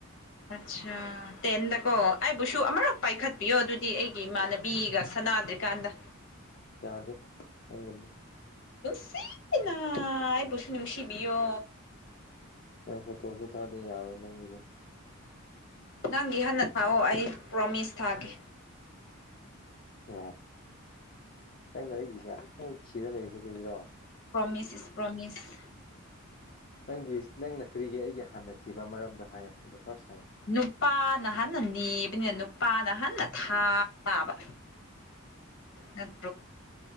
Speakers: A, on the left; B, on the left.
A: ꯑꯠꯆꯥ ꯇꯦꯟꯗꯀꯣ ꯑꯩꯕꯨꯁꯨ ꯑꯃꯔꯛ ꯄꯥꯏꯈꯠꯄꯤꯌꯣ ꯑꯗꯨꯗꯤ ꯑꯩꯒꯤ ꯏꯃꯥꯟꯅꯕꯤꯒ ꯁꯥꯟꯅꯥꯗ꯭ꯔꯤꯀꯥꯟꯗ
B: ꯀꯌꯥꯗꯦꯪꯗꯤ
A: ꯅꯨꯡꯁꯤ ꯑꯩꯕꯨꯁꯨ ꯅꯨꯡꯁꯤꯕꯤꯌꯣ
B: ꯅꯪ ꯐꯣꯇꯣꯁꯨ ꯊꯥꯗꯦ ꯌꯥꯔꯣꯏ ꯅꯪꯒꯤꯝ
A: ꯅꯪꯒꯤ ꯍꯥꯟꯟꯅ ꯊꯥꯛꯑꯣ ꯑꯩ ꯄ꯭ꯔꯣꯃꯤꯁ ꯊꯥꯒꯦ
B: ꯎ ꯅꯪꯅ ꯑꯩꯒꯤ ꯉꯥꯏꯍꯥꯛꯇꯪ ꯂꯩꯔꯤꯁꯤ ꯀꯩꯒꯤꯔꯣ
A: ꯄꯣꯃꯤꯁꯤꯁ ꯄ꯭ꯔꯣꯃꯤꯁ
B: ꯅꯪꯒꯤ ꯅꯪꯅ ꯀꯔꯤꯒꯤ ꯑꯩꯒꯤ ꯍꯥꯟꯅ ꯊꯤꯕ ꯃꯔꯝꯗꯣ ꯍꯥꯏꯌꯣ ꯑꯗꯣ ꯐꯥꯔꯁ ꯍꯥꯏꯌꯣ
A: ꯅꯨꯄꯥꯅ ꯍꯥꯟꯟꯅ ꯅꯤꯕꯅꯤꯅ ꯅꯨꯄꯥꯅ ꯍꯟꯅ ꯊꯥꯕ ꯅꯠꯇ꯭ꯔꯣ